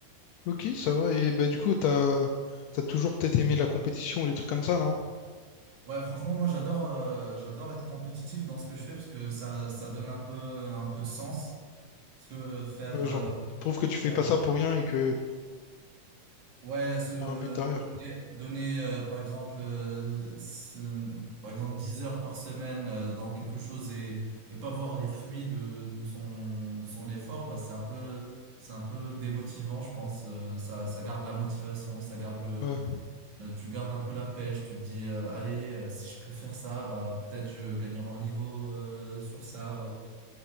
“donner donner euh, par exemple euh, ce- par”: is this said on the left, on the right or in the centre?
Right